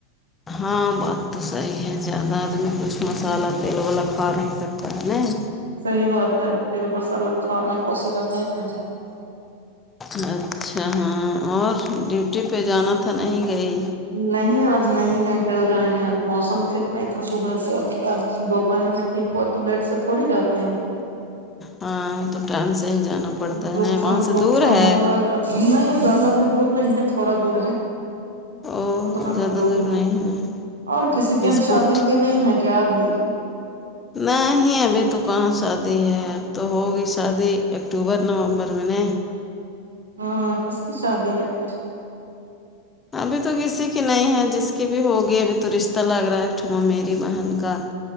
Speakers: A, on the left; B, on the right.
A: ہاں بات تو صحیح ہے زیادہ آدمی کچھ مسالہ تیل والا کھا نہیں سکتا ہے نہیں
B: صحیح بات ہے تیل مسالا کھانا پوسبل نہیں ہے
A: اچھا ہاں اور ڈیوٹی پہ جانا تھا نہیں گئی
B: نہیں آج نہیں گیی کل جائیں آج موسم ٹھیک نہیں تھا صبح سے اور پھر دوپہر میں ٹھیک ہوا تو لیٹ سے تھوڑی جاتے ہیں
A: ہاں تو ٹایم سے ہی جانا پڑتا
B: دھوپ
A: ہے نا
B: چھاو
A: وہاں سے
B: دھوپ
A: دور
B: چھاو
A: ہے
B: ہو رہا تھا نہیں زیادہ بھی دور نہیں ہے تھوڑا دور ہے
A: او
B: اتنا
A: زیادہ
B: بھی دور نہیں
A: ہے
B: اور کسی کے
A: اسکوٹ
B: یہاں شادی بھی نہیں ہے کیا بھی
A: نہیں ابھی تو کہاں شادی ہے اب تو ہوگی شادی اکتوبر نومبر میں نہیں
B: ہاں کس کی شادی ہے پھر
A: ابھی تو کسی کی نہیں ہے جس کی بھی ہوگی ابھی تو رشتہ لگ رہا ہے ٹھومے میری بہن کا <inaudible>